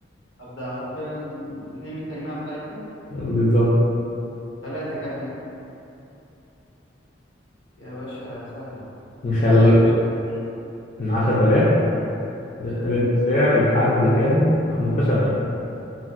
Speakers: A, on the left; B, on the left.
A: طب ده حرفيا اتنين من التجميعة بتاعتنا
B: بالظبط
A: ثلاثة كمان يا باشا سهلة
B: نخلي
A: سهلة مش مستحيل
B: من 10000
A: مم.
B: رينج سعر لحد كام 15000